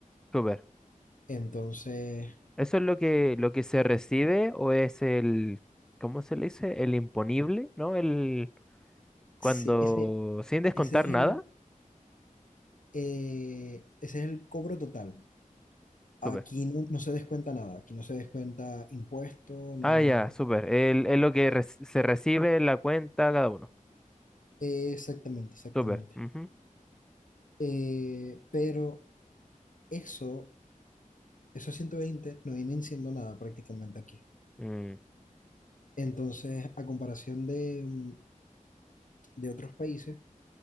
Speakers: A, in the centre; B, on the left.
A: Súper.
B: Entonces,
A: ¿Eso es lo que, lo que se recibe o es el, ¿cómo se le dice? El imponible, ¿no? El, cuando,
B: sí, ese,
A: sin descontar
B: ese es el,
A: nada.
B: eh, ese es el cobro total. Aquí
A: Súper.
B: no, no se descuenta nada, aquí no se descuenta impuesto, no.
A: Ah, ya, súper. El- Es lo que reci- se recibe en la cuenta cada uno.
B: eh, Exactamente, exactamente.
A: Súper. ujú,
B: Eh, pero eso, esos 120 no vienen siendo nada prácticamente aquí.
A: mm,
B: Entonces, a comparación de, mm, de otros países,